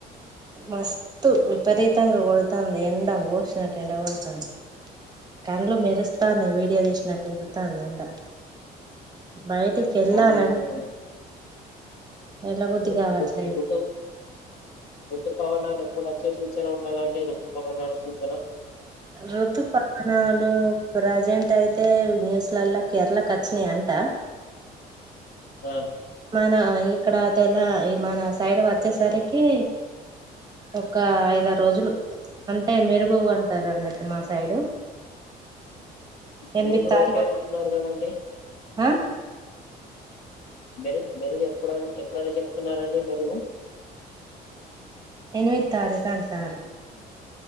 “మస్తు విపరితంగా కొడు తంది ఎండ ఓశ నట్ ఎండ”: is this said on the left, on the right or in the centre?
Right